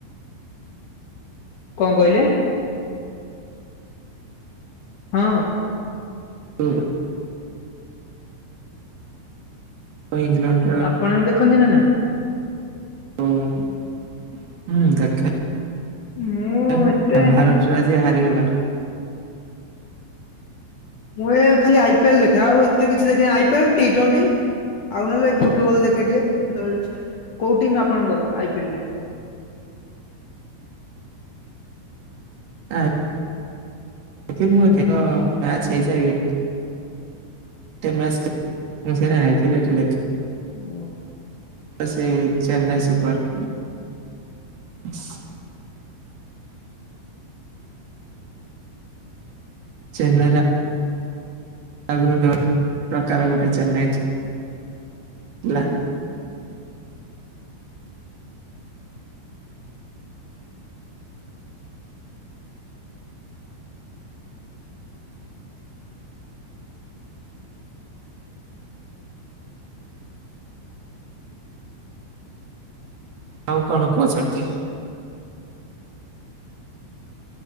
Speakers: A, on the left; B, on the right.
A: କଂ କହିଲେ? ହଁ
B: ଉ ଇଂଲଣ୍ଡ
A: ଆପଣ ବି ଦେଖନ୍ତି ନା ନାଇଁ?
B: ହୁଁ- -ହୁଁ ଦେଖେ।
A: ମୁଁ
B: ଏଁ
A: ଏତେ
B: ଭାରତ ଚୁଆ ଆଜି ହାରିଗଲା
A: ମୁଁ
B: ଟ।
A: ମୁଁ ଏ ଖାଲି ଆଇପିଏଲ୍ ଦେଖେ ଆଉ ଏତେ କିଛି ଦେଖେ ଆଇପିଏଲ ଟିଟ୍ବଣ୍ଟି। ଆଉ ନହେଲେ ଏ ଫୁଟବଲ ଦେଖେ ଟିକେ କେତେବେଳେ କୋଉ ଟିମ୍ ଆପଣଙ୍କର ଆଇପିଏଲ ରେ?
B: ଆ <unintelligible> ମୁଁ ଏକେ ତ ମ୍ୟାଚ ହେଇଯାଏ। ଟେ ମ୍ୟାଚ୍ ମୁଁ <unintelligible> ଆଇପିଏଲ୍ ଟିକେ ଦେଖ।
A: ଓ
B: ସେ ଚେନ୍ନାଇ ସୁପର। ସି ଚେନ୍ନାଇରା- - ଆଗୁରୁ ଢ ଟଙ୍କାର ଗୋଟେ ଚେନ୍ନାଇଚି ହେଲା। ଆଉ କଣ କୁହ ସେମତି?